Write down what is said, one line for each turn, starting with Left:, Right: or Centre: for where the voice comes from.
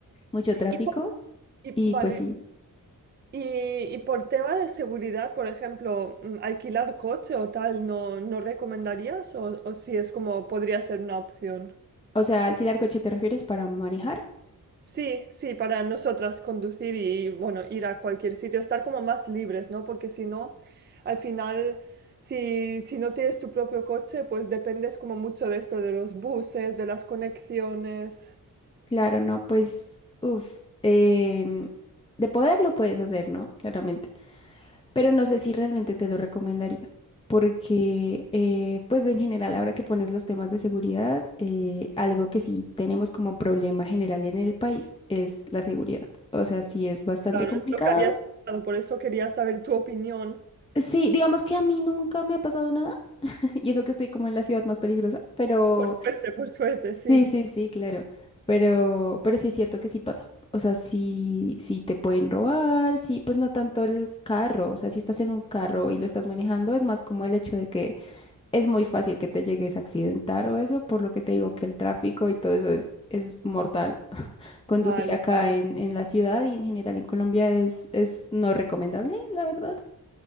Left: mucho tráfico
Right: Y por, y-
Left: y
Right: vale.
Left: pues sí.
Right: Y, y por tema de seguridad, por ejemplo, mm, alquilar coche o tal, ¿no, no recomendarías? O, o si es como podría ser una opción.
Left: O sea, alquilar coche te refieres para manejar.
Right: Sí, sí, para nosotras conducir y, bueno, ir a cualquier sitio, estar como más libres, ¿no? Porque si no, al final, si, si no tienes tu propio coche, pues dependes como mucho de esto, de los buses, de las conexiones.
Left: Claro, no, pues, uff, de poder lo puedes hacer, ¿no? Claramente. Pero no sé si realmente te lo recomendaría. Porque, eh, pues en general, ahora que pones los temas de seguridad, eh, algo que sí tenemos como problema general en el país es la seguridad. O sea, sí es bastante
Right: Claro,
Left: complicado.
Right: es lo que habías pensado, por eso quería saber tu opinión.
Left: Sí, digamos que a mí nunca me ha pasado nada Y eso que estoy como en la ciudad más peligrosa, pero
Right: Por suerte, por suerte, sí.
Left: sí, sí, sí, claro. Pero, pero sí es cierto que sí pasa. O sea, sí, sí te pueden robar, sí, pues no tanto el carro. O sea, si estás en un carro y lo estás manejando, es más como el hecho de que es muy fácil que te llegues a accidentar o eso, por lo que te digo que el tráfico y todo eso es, es mortal. Conducir
Right: Vale,
Left: acá
Right: vale.
Left: en, en la ciudad y en general en Colombia es, es no recomendable, la verdad.